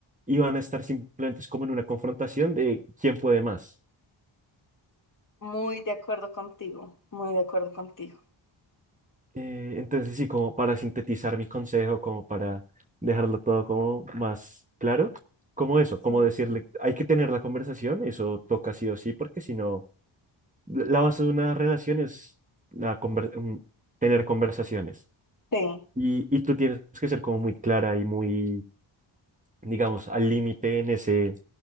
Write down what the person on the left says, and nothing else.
Muy de acuerdo contigo, muy de acuerdo contigo.
Sí,
sí.